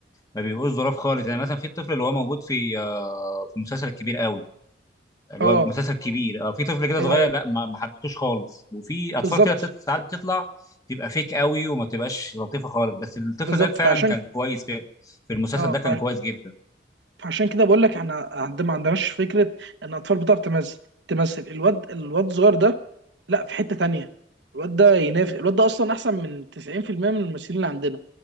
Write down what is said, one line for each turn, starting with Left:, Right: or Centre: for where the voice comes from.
Left: ما بيبقوش ظراف خالص يعني مثلا في الطفل اللي هو موجود في آه في المسلسل الكبير قوي اللي
Right: اه
Left: هو مسلسل كبير اه في طفل كده
Right: ايوه
Left: صغير
Right: ايوه
Left: لا ما ما حبيتوش خالص وفي اطفال
Right: بالظبط
Left: كده بتت... ساعات بتطلع تبقى فيك قوي وما تبقاش لطيفه خالص بس الطفل
Right: بالظبط
Left: ده فعلا
Right: فعشان
Left: كان كويس في في المسلسل
Right: اه
Left: ده كان كويس جدا
Right: فعشان كده بقول لك احنا عند- ما عندناش فكره ان الاطفال بتعرف تمثل تمثل الواد الواد الصغير ده لا في حته تانية الواد ده ينافس الواد ده اصلا احسن من 90% من الممثلين اللي عندنا